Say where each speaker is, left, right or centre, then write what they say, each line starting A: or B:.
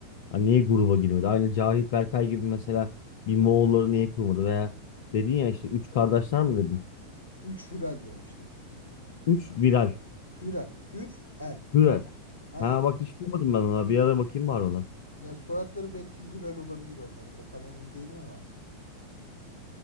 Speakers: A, on the left (about 50°); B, on the left (about 75°).
A: Hani niye gruba girmedi? Aynı Cahit Berkay gibi mesela bir Moğolları niye kurmadı? Veya dedin ya işte üç kardeşler mi dedin?
B: üç Hürel demiştim.
A: Üç viral.
B: Hürel. Hürel.
A: Viral.
B: Aynen.
A: Ha bak hiç duymadım ben ona. Bir ara bakayım var ona.
B: Ya soyadları belki Hürel olabilir onların da. Tam emin değilim ama.